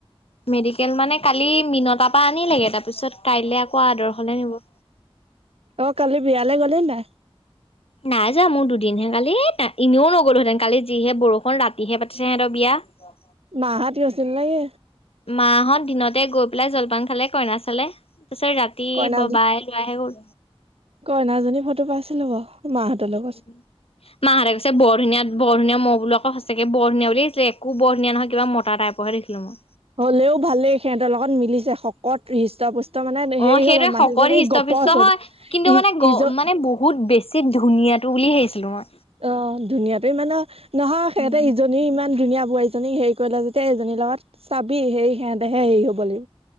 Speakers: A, on the left; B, on the right.
A: মেডিকেল মানে কালি মিন তাৰপা আনিলেগে তাৰ পিছত কাইলে আকৌ আদৰ্শলে নিব
B: অ কালি বিয়ালে গ'লি নাই
A: নাই যোৱা মোৰ দুদিনহে কালি এনেও নগলোহেঁতেন কালি যিহে বৰষুণ ৰাতিহে পাতিছে সিহঁতৰ বিয়া বিয়াখন
B: মাহঁত গৈছিল নে কি
A: মাহঁত দিনতে গৈ পেলাই জলপান খালে কইনা চালে তাৰপিছত ৰাতি
B: কইনা
A: ববাইল আহি গ'ল
B: কইনাজনী ফটো পাইছিলো বাও মাহঁতৰ লগত
A: উম মাহঁতে কৈছে বৰ ধুনীয়া বৰ ধুনীয়া মও বোলো অ সঁচাকে বৰ ধুনীয়া বুলি ভাবিছিলো একো বৰ ধুনীয়া নহয় কিবা মতা টাইপ বাওৱে দেখিলো মই
B: হ'লেও ভালেই সিহঁতৰ লগত মিলিছে শকত হৃষ্ট পুষ্ট ত মানে
A: অ'
B: হেৰি
A: সেইটোৱে
B: হ'ব
A: শকত
B: মানুহজনী
A: হৃষ্ট
B: গপচ
A: পুষ্ট হয়।
B: হব
A: কিন্তু মানে
B: ই
A: গ
B: ইজ
A: মানে বহুত বে ছি ধুনীয়াতো বুলি ভাবিছিলো মই
B: অ ধুনীয়াতে মানে নহয় সিহঁতে
A: উম।
B: ইজ নী ইমান ধুনীয়া বোৱাৰীজনী হেৰি কৰিলে যেতিয়া এইজনীৰ লগত চাবি সে সিহঁতেহে হেৰি হ'ব লাগিব